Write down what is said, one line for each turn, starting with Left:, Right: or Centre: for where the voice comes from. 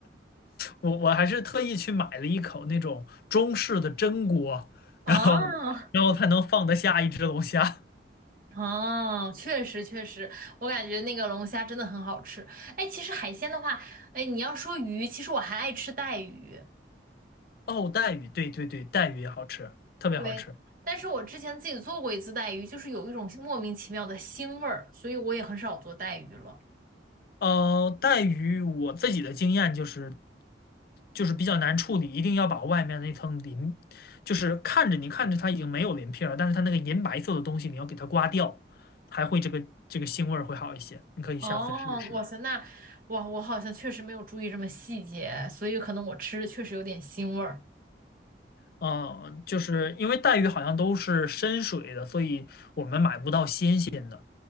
Left: 我我还是特意去买了一口那种中式的蒸锅，
Right: 哦
Left: 然后然后才能放得下一只龙虾。
Right: 哦，确实确实，我感觉那个龙虾真的很好吃。哎，其实海鲜的话，哎，你要说鱼，其实我还爱吃带鱼。
Left: 哦，带鱼，对对对，带鱼也好吃，特别好吃。
Right: 对，但是我之前自己做过一次带鱼，就是有一种莫名其妙的腥味儿，所以我也很少做带鱼了。
Left: 呃，带鱼我自己的经验就是就是比较难处理，一定要把外面那层鳞，就是看着你看着它已经没有鳞片儿，但是它那个银白色的东西你要给它刮掉，还会这个这个腥味儿会好一些。你可以下次试试。
Right: 哦，哇塞，那哇，我好像确实没有注意这么细节，所以可能我吃着确实有点腥味儿。
Left: 嗯，就是因为带鱼好像都是深水的，所以我们买不到新鲜的，